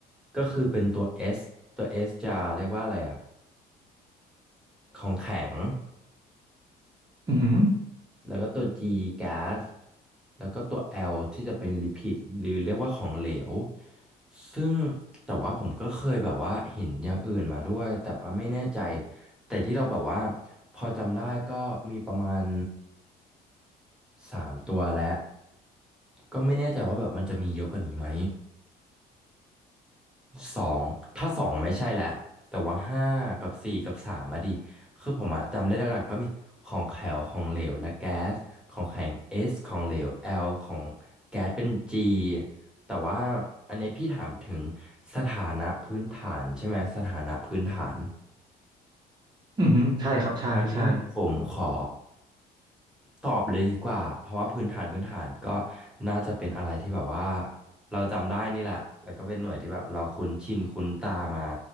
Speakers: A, in the centre; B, on the right.
A: ก็คือเป็นตัว S ตัว S จะเรียกว่าอะไรอ่ะของแข็ง
B: อือหือ
A: แล้วก็ตัว G แก๊สแล้วก็ตัว L ที่จะเป็นลิพิดหรือเรียกว่าของเหลวซึ่งแต่ว่าผมก็เคยแบบว่าเห็นอย่างอื่นมาด้วยแต่ว่าไม่แน่ใจแต่ที่เราแบบว่าพอจำได้ก็มีประมาณ สามตัวและก็ไม่แน่ใจว่าแบบมันจะมีเยอะกว่านี้ไหมสองถ้าสองไม่ใช่แล้วแต่ว่าห้ากับสี่กับสามอะดิคือผมอะจำได้หลักๆก็มีของแข็งของเหลวและแก๊สของแข็ง S ของเหลว L ของแก๊สเป็น G แต่ว่าอันนี้พี่ถามถึงสถานะพื้นฐานใช่ไหมสถานะพื้นฐาน
B: อือหือใช่ครับใช่ใช่
A: งั้นผมขอตอบเลยดีกว่าเพราะว่าพื้นฐานพื้นฐานก็น่าจะเป็นอะไรที่แบบว่าเราจำได้นี่แหละแล้วก็เป็นหน่วยที่แบบเราคุ้นชินคุ้นตามา